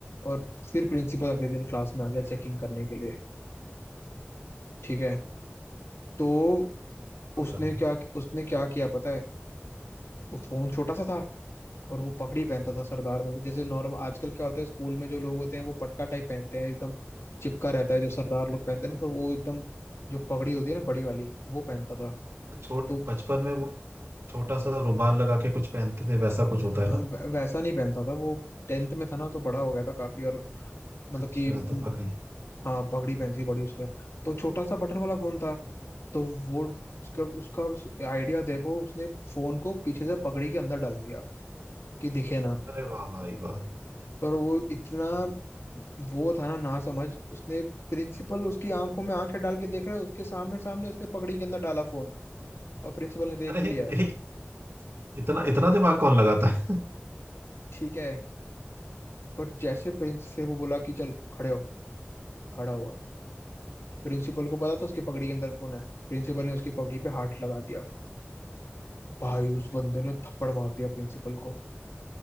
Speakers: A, on the left; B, on the right.
A: और फिर प्रिंसिपल अगले दिन क्लास में आ गया चेकिंग करने के लिए ठीक है तो
B: पकड़ा
A: उसने क्या उसने क्या किया पता है वो फोन छोटा सा था और वो पगड़ी पहनता था सरदार मतलब जैसे नॉर्मल आजकल क्या होता है स्कूल में जो लोग होते हैं वो पटका टाइप पहनते हैं एकदम चिपका रहता है जो सरदार लोग पहनते हैं ना पर वो एकदम जो पगड़ी होती है ना बड़ी वाली वो पहनता था
B: छोट
A: तो
B: बचपन में वो छोटा सा रुमाल लगा के कुछ पहनते थे वैसा कुछ होता
A: हाँ,
B: है ना
A: वै- वैसा नहीं पहनता था वो टेंथ में था ना तो बड़ा हो गया था काफी और मतलब
B: अच्छा
A: कि हम्म,
B: तो पगड़ी
A: हाँ पगड़ी पहनती थी बड़ी उसने तो छोटा सा बटन वाला फोन था तो वो उसका उसका आइडिया देखो उसने फोन को पीछे से पगड़ी के अंदर डाल दिया कि दिखे ना
B: अरे वाह भाई वाह
A: पर वो इतना
B: अच्छा।
A: वो था ना ना समझ उसने प्रिंसिपल उसकी आंखों में आंखें डाल के देख रहा है उसके सामने सामने उसने पगड़ी के अंदर डाला फोन और प्रिंसिपल ने देख
B: अरे
A: भी लिया
B: ए, इतना इतना दिमाग कौन लगाता है
A: ठीक है पर जैसे प्रिंस फिर वो बोला कि चल खड़े हो खड़ा हुआ प्रिंसिपल को पता था उसकी पगड़ी के अंदर फोन है प्रिंसिपल ने उसकी पगड़ी पे हाथ लगा दिया भाई उस बंदे ने थप्पड़ मार दिया प्रिंसिपल को